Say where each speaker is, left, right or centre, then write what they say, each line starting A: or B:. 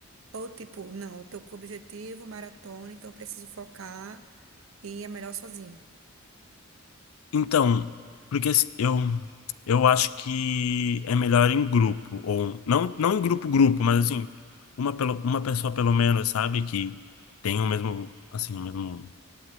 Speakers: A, on the right; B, on the left.
A: Ou tipo, não, eu tô com o objetivo, maratona, então eu preciso focar e é melhor sozinho.
B: Então, porque assim, eu, eu acho que é melhor em grupo, ou não, não em grupo, grupo, mas assim, uma, pelo, uma pessoa pelo menos, sabe, que tem o mesmo, assim, o mesmo